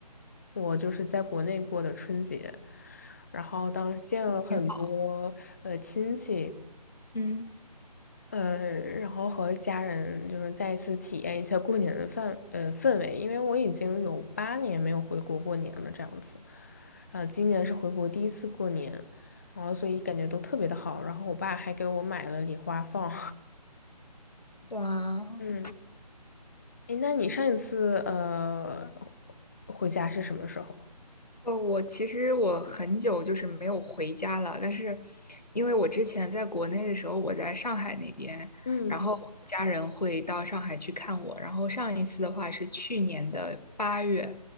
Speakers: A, on the left; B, on the left.
A: 我就是在国内过的春节，然后当时见了很多呃亲戚，
B: <laughs> 挺好。嗯，
A: 呃，然后和家人就是再一次体验一下过年的氛呃氛围，因为我已经有八年没有回国过年了这样子，然后今年是回国第一次过年，然后所以感觉都特别的好，然后我爸还给我买了礼花放，
B: 哇，
A: <laughs> 嗯，诶，那你上一次呃回家是什么时候？
B: 呃，我其实我很久就是没有回家了，但是因为我之前在国内的时候，我在上海那边，
A: 嗯
B: 然后我家人会到上海去看我，然后上一次的话是去年的八月，